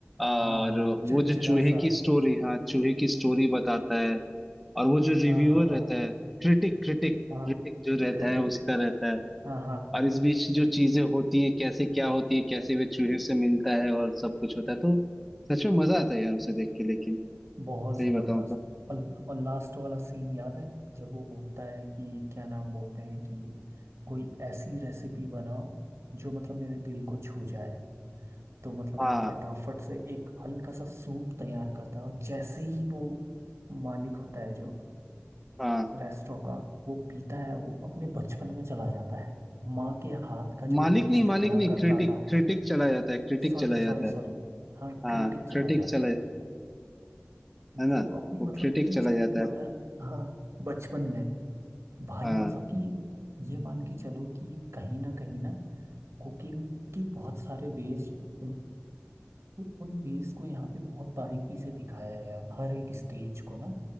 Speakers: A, in the centre; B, on the right.
A: और
B: हाँ हाँ चिड़चिड़ा
A: वो जो चूहे
B: सा
A: की स्टोरी हाँ चूहे की स्टोरी बताता है और वो जो रिव्यूअर
B: हाँ हाँ
A: रहता
B: हाँ
A: है क्रिटिक क्रिटिक
B: हाँ
A: क्रिटिक जो रहता
B: क्रिटिक
A: है उसका रहता है
B: हाँ हाँ
A: और इस बीच जो चीजें होती हैं कैसे क्या होती है कैसे वे चूहे से मिलता है और सब कुछ होता है तो सच में मजा आता है यार उसे देख के लेकिन
B: बहुत
A: सही
B: जबरदस्त
A: बताऊं तो
B: और, और लास्ट वाला सीन याद है जब वो बोलता है कि क्या नाम बोलते हैं कि कोई ऐसी रेसिपी बनाओ जो मतलब मेरे दिल को छू जाए तो मतलब
A: हाँ
B: वो फटाफट से एक हल्का सा सूप तैयार करता है और जैसे ही वो मालिक होता है जो
A: हाँ
B: रेस्टोरेंट का वो पीता है वो अपने बचपन में चला जाता है माँ के हाथ का जो
A: मालिक
B: वो टेस्ट
A: नहीं मालिक
B: करा
A: नहीं
B: करता
A: क्रिटिक
B: था
A: क्रिटिक चला जाता है क्रिटिक
B: Sorry
A: चला जाता
B: sorry
A: है
B: sorry हाँ
A: हाँ
B: क्रिटिक चला
A: क्रिटिक
B: जाता
A: चला
B: है
A: है ना
B: वो अपनी
A: वो
B: मतलब
A: क्रिटिक
B: कि
A: चला
B: जो
A: जाता है
B: मदर हाँ बचपन में भाई
A: हाँ
B: मतलब कि ये मान के चलो कि कहीं ना कहीं ना कुकिंग के बहुत सारे वेज तो उन वेज को यहाँ पे बहुत बारीकी से दिखाया है यार हर एक स्टेज को ना